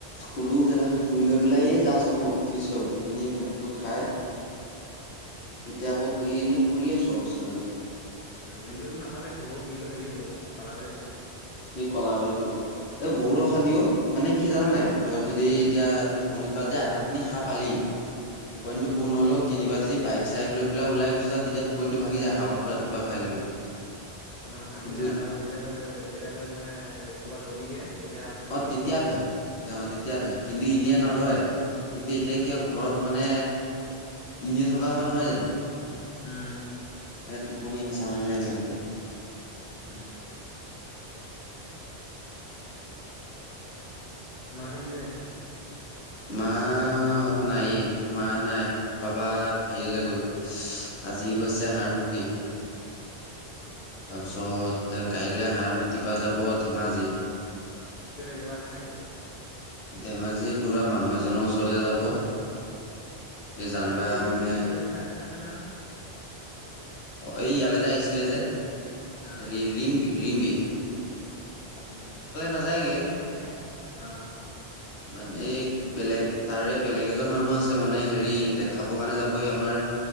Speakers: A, on the left; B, on the left.
A: শুলোঁ <unintelligible> শুই লৈ পেলাই এই জাষ্ট অকমান উঠিছোঁ উঠি পিনি ভাতটো খাই, এতিয়া আকৌ পৰি এনে পৰি আছোঁ আৰু বিচনাতে
B: <unintelligible> সিটো হেৰি গ'ল, কালাবাৰি গ'ল।
A: সি কলাবাৰি গ'ল অ', বহুত অশান্তি অ', মানে কি জান নাই? তই যদি এতিয়া টোপনি পা যে, আধা টোপনি সাৰ পালি টোপনিটো
B: উম
A: পুৰ নহ'লেয়ো কেনিবা যি বাইক, চাইক লৈ পেলাই ওলাই গুচি যাওঁ তেতিয়া টোপনিটো ভাগি যায় হাৱাটো ৰাতিপুৱা খাই গ'লে।
B: অ', ভাঙি
A: কিন্তু
B: যায় তাপা যেতিয়া তই‌-যেতিয়া <unintelligible> মানে ক'ৰবাত ৰবি গে তেতিয়া আকৌ ভাগৰ
A: অ' তেতিয়া
B: লাগে।
A: ধৰে তেওঁ তেতিয়া ধৰে কিন্তু ইনেই নধৰে। কিন্তু এতিয়া কি
B: উম
A: হয়, ঘৰত মানে এনেই থকা হয়, নহয় জানো?
B: উম
A: এ, টোপনিয়ে হেঁচা মাৰি, মাৰি ধৰিব।
B: উম। মাহঁতে কি কৰি আছে?
A: মা অ', নাইয়ে মা নাই, পাপা হেৰিয়লে গ'ল, আজি গৈছে হাৰমতি।
B: অ
A: তাৰপিছত <unintelligible> কাইলে হাৰমতি পা, যাব ধেমাজি।
B: কেলে কিবা আছে নেকি?
A: ধেমাজি কোনোবা মানুহ এজনৰ ওচৰলে যাব। এই জান
B: ধেমাজিৰ
A: বা
B: <unintelligible>
A: মানে
B: <unintelligible>
A: অ', ইয়ালৈ যে, আহিছিলে যে,
B: অ
A: হেৰি ৰিম-ৰিম্পী।
B: উম,
A: নাযায়গে
B: সিহঁত তালে নাযায়গে, অ'।
A: মানে এই বেলেগ তাৰে বেলেগ এজন মানুহ আছে মানে হেৰি দেখাব কাৰণে যাবই আমাৰ